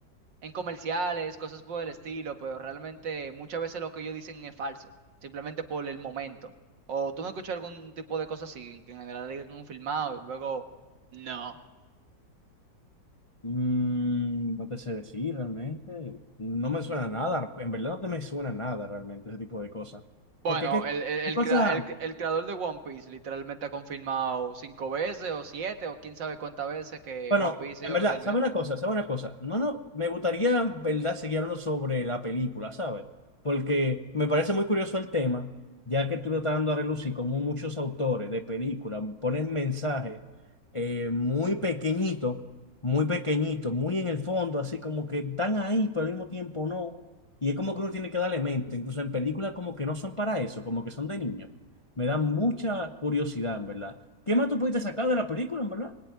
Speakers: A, on the right; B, on the left.
A: en comerciales, cosas por el estilo, pero realmente muchas veces lo que ellos dicen es falso, simplemente por el momento. O tú no escuchas algún tipo de cosa así, que en general digan un filmado y luego no.
B: Mm, no te sé decir realmente. No me suena nada. En verdad no te me suena nada realmente ese tipo de cosas.
A: Bueno,
B: Porque qué
A: el, el, el,
B: son cosas.
A: crea- el- el creador de One Piece literalmente ha confirmado cinco veces o siete o quién sabe cuántas veces que
B: Bueno,
A: One Piece
B: en
A: iba
B: verdad,
A: a terminar.
B: ¿sabe una cosa? ¿Sabe una cosa? No, no, me gustaría, en verdad, seguir hablando sobre la película, ¿sabes? Porque me parece muy curioso el tema, ya que tú lo estás dando a relucir, como muchos autores de películas ponen mensajes eh, muy pequeñitos, muy pequeñitos, muy en el fondo, así como que están ahí, pero al mismo tiempo no. Y es como que uno tiene que darle mente, incluso en películas como que no son para eso, como que son de niños. Me da mucha curiosidad, en verdad. ¿Qué más tú pudiste sacar de la película, en verdad?